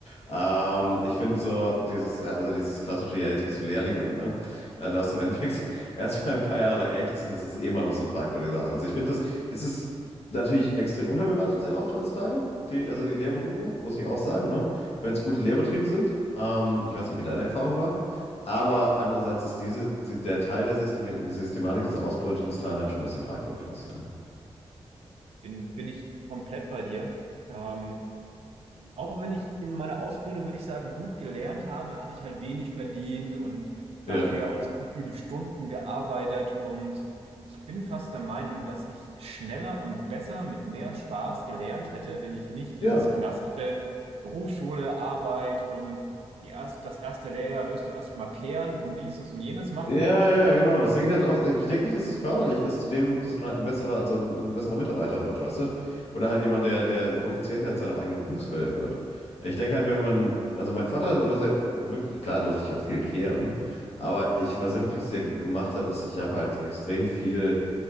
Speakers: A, on the left; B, on the right.
A: ähm, ich finde so dieses, also dieses klassische, ja, jetzt bist du Lehrling und ne, äh, darfst im Endeffekt <laughs> erstmal ein paar Jahre lang ächzen, das ist eh mal noch so eine fragwürdige Sache. Also ich finde das, es ist natürlich extrem unterbewertet sehr oft heutzutage, die, also die Lehrberufe, muss ich auch sagen, ne? Wenn es gute Lehrbetriebe sind. Ähm, ich weiß nicht, wie deine Erfahrung war, aber andererseits ist diese, die, der Teil der System Systematik, dieser Ausbeutungsteil halt schon ein bisschen fragwürdig, muss ich sagen.
B: Bin, bin ich komplett bei dir. Ähm, auch wenn ich in meiner Ausbildung, würde ich sagen, gut gelernt habe, hatte ich halt wenig verdient und
A: Ja.
B: dafür auch sehr viele Stunden gearbeitet. Und ich bin fast der Meinung, dass ich schneller und besser mit mehr Spaß gelernt hätte, wenn ich nicht
A: Ja.
B: dieses klassische Berufsschule, Arbeit und die erst, das erste Lehrjahr wirst du erstmal kehren und dieses und jenes machen
A: Ja, ja, ja, genau. Das denke ich halt auch. äh, Ich denke nicht, dass es förderlich ist zu dem, dass man halt ein besserer, also ein, ein besserer Mitarbeiter wird, weißt du? Oder halt jemand, der, der profizienter in seinem eigenen Berufsfeld wird. Ich denke halt, wenn man, also mein Vater, was er äh, wirklich, klar durfte ich auch viel kehren, aber ich, was er wirklich sehr gut gemacht hat, ist, ich habe halt extrem viel